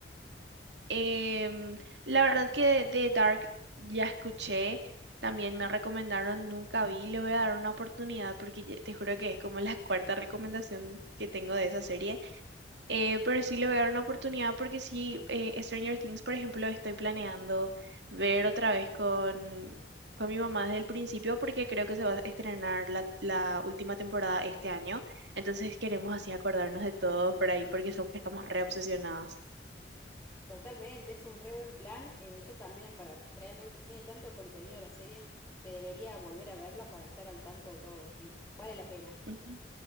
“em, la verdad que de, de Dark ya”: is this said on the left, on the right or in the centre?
Right